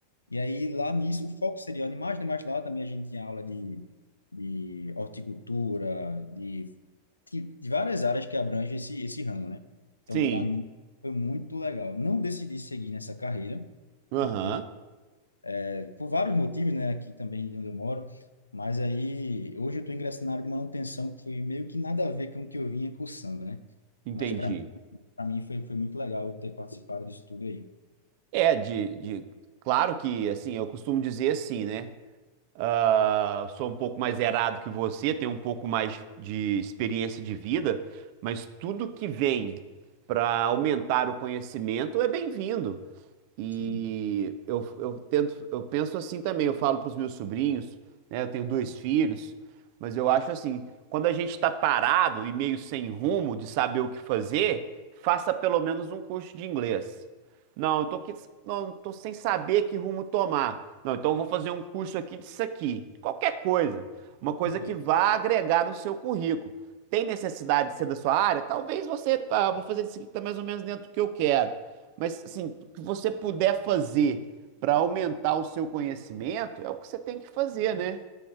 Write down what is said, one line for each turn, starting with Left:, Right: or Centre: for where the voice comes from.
Left: e aí, lá nisso, o foco seria animais, né? Mas lá também a gente tinha aula de, de horticultura, de, de, de várias áreas que abrangem esse, esse ramo, né? Então,
Right: sim.
Left: para mim, foi muito legal. Não decidi seguir nessa carreira,
Right: Aham.
Left: porque, eh, por vários motivos, né? Aqui também de onde eu moro. Mas aí, hoje eu estou ingressando na área de manutenção, que foi meio que nada a ver com o que eu vinha cursando, né?
Right: Entendi.
Left: Mas para mim, para mim foi, foi muito legal ter participado disso tudo aí.
Right: É, de, de- Claro que, assim, eu costumo dizer assim, né? Ah, sou um pouco mais errado que você, tenho um pouco mais de experiência de vida, mas tudo que vem para aumentar o conhecimento é bem-vindo. E
Left: Sim,
Right: eu, eu tento, eu penso assim também, eu falo para os meus sobrinhos, né? Eu tenho dois filhos, mas eu acho assim, quando a gente está parado e meio sem rumo de saber o que fazer, faça pelo menos um curso de inglês. Não, eu tô, que, não, tô sem saber que rumo tomar. Não, então eu vou fazer um curso aqui disso aqui. Qualquer coisa. Uma coisa
Left: perfeito.
Right: que vá agregar no seu currículo. Tem necessidade de ser da sua área? Talvez você, tá, vou fazer isso aqui que tá mais ou menos dentro do que eu quero. Mas, assim, o que você puder fazer para aumentar o seu conhecimento é o que você tem que fazer, né?